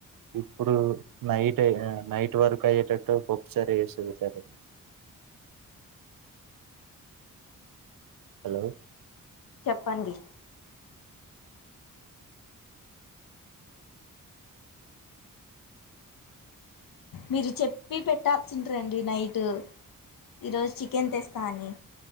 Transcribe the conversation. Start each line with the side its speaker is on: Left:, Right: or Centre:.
Right: ఇప్పుడు నైట్ నైట్ వర్క్ అయ్యేటట్టు పప్పు చారు చేసిపెట్టిరండి హలో
Left: చెప్పండి మీరు చెప్పి పెట్టాల్సిఉండే దండి నైట్ ఈరోజు చికెన్ తెస్తా అని